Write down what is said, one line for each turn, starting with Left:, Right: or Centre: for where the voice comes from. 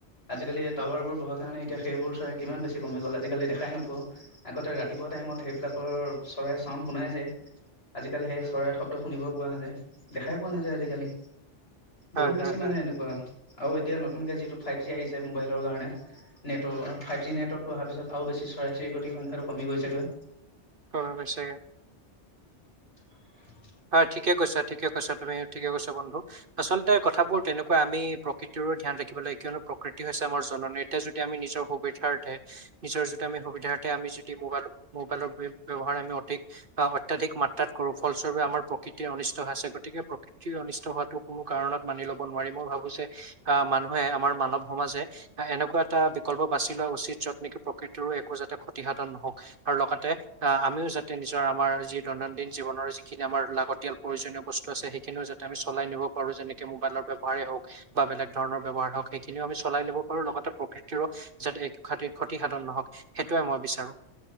Left: আজিকালি টাৱাৰবোৰ বহাৰ কাৰণে এতিয়া সেইবোৰ চৰাই কিমান বেছি কমি গ'ল আজিকালি দেখাই নাপাওঁ আগতে ৰাতিপুৱা টাইমত সেইবিলাকৰ চৰাই চাউণ্ড শুনাই যায়। আজিকালি সেই চৰাই শব্দ শুনিব পোৱা নাযায় দেখাই পোৱা নাযায় আজিকালি।
Right: হয়
Left: বহুত বেছি
Right: হয়
Left: মানে
Right: হয়
Left: এনেকুৱা। আৰু এতিয়া নতুনকে যিটো ফাইভ জি আহিছে মোবাইলৰ কাৰণে নেটৱৰ্কৰ ফাইভ জি নেটৱৰ্কটো অহাৰ পিছত আৰু বেছি চচাই চিৰি কোটিৰ সংখ্যাটো কমি গৈছেগৈ।
Right: ক পছাগে <unintelligible>
Left: উ <inaudible>
Right: হয় ঠিকে কৈছা -ঠিকে কৈছা তুমি ঠিকে কৈছা বন্ধু আচলতে কথাবোৰ তেনেকুৱা আমি প্ৰকৃতিৰো ধ্যান ৰাখিব লাগে কিয়নো প্ৰকৃতি হৈছে আমাৰ জননী এতিয়া যদি আমি নিজৰ সুবিধাৰ্থে নিজৰ যদি আমি সুবিধাৰ্থে আমি যদি মবাইল মোবাইলৰ ব ব্যবহাৰ আমি অধিক অত্যাধিক মাত্ৰাত কৰো ফল আমাৰ প্ৰকৃতি অনিষ্ট আছে গতিকে প্ৰকৃতি অনিষ্ট হোৱাটো কোনো কাৰণত মানি লব নোৱাৰি মই ভাবো যে আহ মানুহে আমাৰ মানৱ সমাজে এনেকুৱা এটা বিকল্প বাছি লোৱা উচিত যত নেকি প্ৰকৃতিৰো একো যাতে ক্ষতিহত নহওক আৰু লগতে আহ আমিও যাতে নিজৰ আমাৰ যি দৈনন্দিন জীৱনৰ যি। যিযিনি আমাৰ লাগতিয়াল প্ৰয়োজনীয় বস্তু আছে সেইখিনিও যাতে আমি চলাই নিব পাৰো যেনেকে মোবাইলৰ ব্যৱহাৰে হওক বা বেলেগ ধৰণৰ ব্যৱহাৰ হওক সেইখিনিও আমি চলাই লব পাৰো লগতে প্ৰকৃতিৰো যাতে ক্ষতি ক্ষতিসাধন নহওক সেইটোৱে মই বিচাৰো।